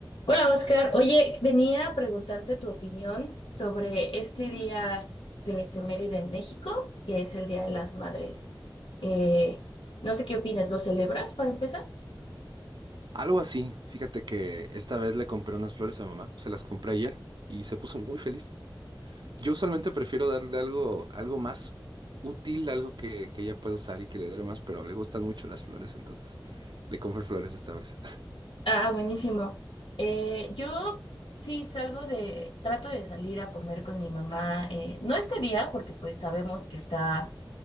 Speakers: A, on the left; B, on the right.
A: Hola Oscar, oye, venía a preguntarte tu opinión sobre este día de efeméride en México, que es el Día de las Madres. Eh, no sé qué opinas, ¿lo celebras para empezar?
B: Algo así. Fíjate que esta vez le compré unas flores a mamá, se las compré ayer y se puso muy feliz. Yo usualmente prefiero darle algo, algo más útil, algo que, que ella pueda usar y que le dure más, pero le gustan mucho las flores, entonces le compré flores esta vez. <laughs>
A: Ah, buenísimo. Eh, yo sí salgo de, trato de salir a comer con mi mamá, eh, no este día, porque pues sabemos que está